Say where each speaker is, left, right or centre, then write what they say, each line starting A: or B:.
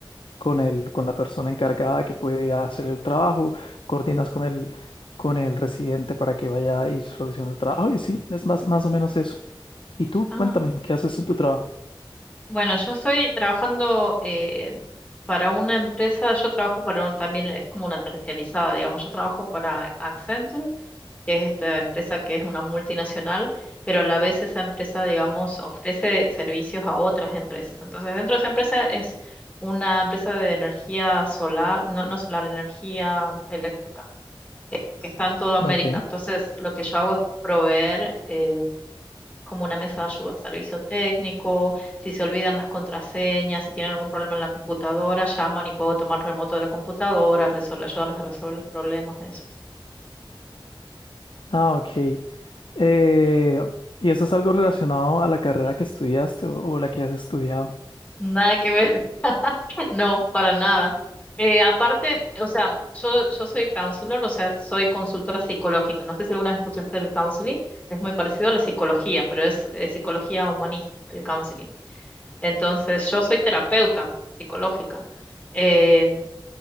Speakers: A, on the left; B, on the left.
A: con el, con la persona encargada que puede hacer el trabajo, coordinas con el, con el residente para que vaya y solucione el trabajo. Y sí, es más, más o menos eso. Y tú,
B: Ah,
A: cuéntame, ¿qué haces en tu trabajo?
B: Bueno, yo estoy trabajando eh, para una empresa, yo trabajo para un, también es como una terciarizada, digamos, yo trabajo para Accenture, que es esta empresa que es una multinacional, pero a la vez esa empresa, digamos, ofrece servicios a otras empresas. Entonces, dentro de esa empresa es una empresa de energía solar, no, no solar, energía eléctrica, eh, que está en toda América.
A: Ok.
B: Entonces, lo que yo hago es proveer eh, como una mesa de ayuda, servicio técnico, si se olvidan las contraseñas, si tienen algún problema en la computadora, llaman y puedo tomar remoto de la computadora, resolver, ayudarles a resolver los problemas, eso.
A: Ah, ok. Eh, ¿y eso es algo relacionado a la carrera que estudiaste o, o la que has estudiado?
B: Nada que ver, <laughs> no, para nada. Eh, aparte, o sea, yo, yo soy counselor, o sea, soy consultora psicológica. No sé si alguna vez escuchaste el counseling, es muy parecido a la psicología, pero es eh, psicología humanista, el counseling. Entonces, yo soy terapeuta psicológica. Em,